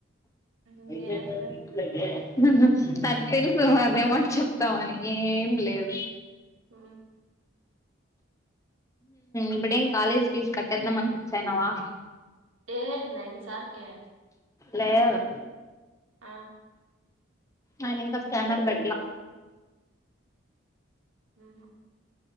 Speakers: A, on the right; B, on the left.
A: ఇంగేం
B: అద
A: లేదు
B: ఇట్లగే నాకు తెలుసు ను అదే మాట చెప్తావని ఏం లేదు
A: హ
B: ఇప్పుడేం కాాలేజ్ ఫీస్ కట్టడం అని ఫిక్స్ అయనావా
A: ఏయే నమి సార్క
B: లేేరు
A: అ
B: ఆయన ఇంకా స్కానర్ పెట్టలా
A: హ్మ్మ్